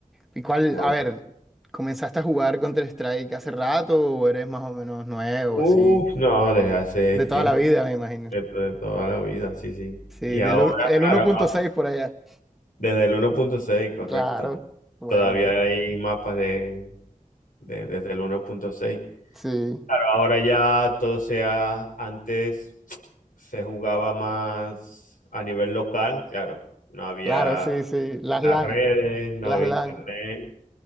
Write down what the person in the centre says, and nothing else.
¿Y cuál,
a ver, comenzaste a jugar Counter-Strike hace rato o eres más o menos nuevo,
así?
De
toda la vida, me imagino.
Sí,
del u- el
uno punto
seis por allá.
Claro, bueno,
bueno.
Sí,
claro, sí, sí. Las
LAN,
las
LAN.